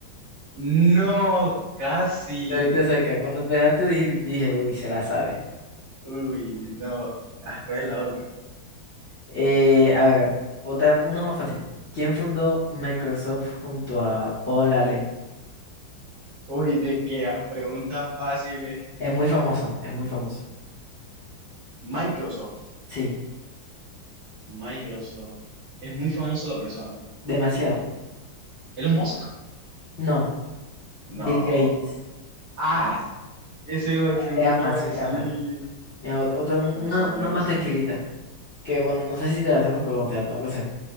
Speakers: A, on the right; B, on the left.
A: No, casi.
B: Te viste cerca. Cuando empezaste dije, dije, uy, se la sabe.
A: Uy, no. Ah, ¿cuál es la otra?
B: Eh, a ver, otra, una más fácil. ¿Quién fundó Microsoft junto a Paul Allen?
A: Uy, dizque las preguntas fáciles.
B: Es muy famoso, es muy famoso.
A: Microsoft.
B: Sí,
A: Microsoft. Es muy famoso la persona.
B: demasiado.
A: ¿Elon Musk?
B: No,
A: No.
B: Bill Gates.
A: Ah, ese era el segundo
B: Era
A: que
B: fácil,
A: iba a decir.
B: era fácil. Mira, ot- otra, un-
A: Bueno,
B: una,
A: sí, tiene
B: una
A: razón.
B: más tranquilita. Que bueno, no sé si te la hacemos, pero te la tengo que hacer.